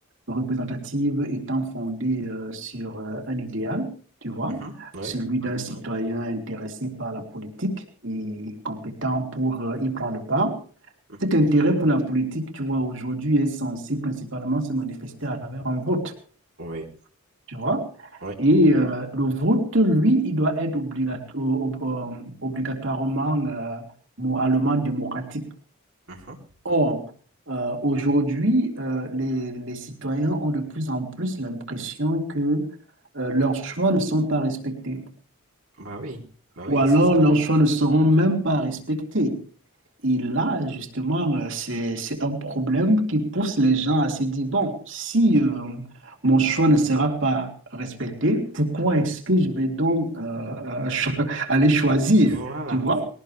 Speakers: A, on the right; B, on the right.
A: représentative étant fondée euh, sur euh, un idéal, tu vois,
B: mhm, mhm, ouais,
A: celui d'un Ouais. citoyen intéressé par la politique et compétent pour euh, y prendre part.
B: mhm,
A: Cet intérêt pour la politique, tu vois, aujourd'hui est censé principalement se manifester à travers un vote,
B: ouais,
A: tu vois.
B: ouais.
A: Et euh, le vote, lui, il doit être obligato- ob- euh, obligatoirement, euh, moralement démocratique.
B: Mhm.
A: Or, euh, aujourd'hui, euh, les, les citoyens ont de plus en plus l'impression que euh, leurs choix ne sont pas respectés,
B: Bah oui, bah oui,
A: ou alors
B: c'est ça.
A: leurs choix ne seront même pas respectés. Et là, justement, euh, c'est, c'est un problème qui pousse les gens à se dire, bon, si euh, mon choix ne sera pas respecté, pourquoi est-ce que je vais donc euh, euh, cho- <laughs> aller choisir,
B: Voilà.
A: tu vois?